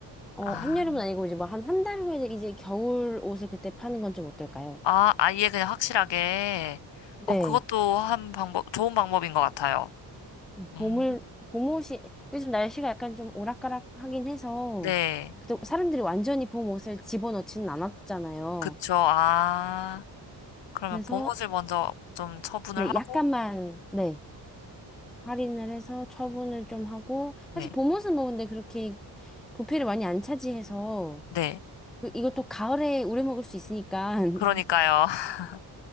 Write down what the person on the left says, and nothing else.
아.
아, 아예 그냥 확실하게.
어, 그것도 한 방법, 좋은 방법인 것 같아요.
음,
네.
그쵸. 아, 그러면
봄옷을 먼저 좀 처분을
하고,
네.
네.
그러니까요. <laughs>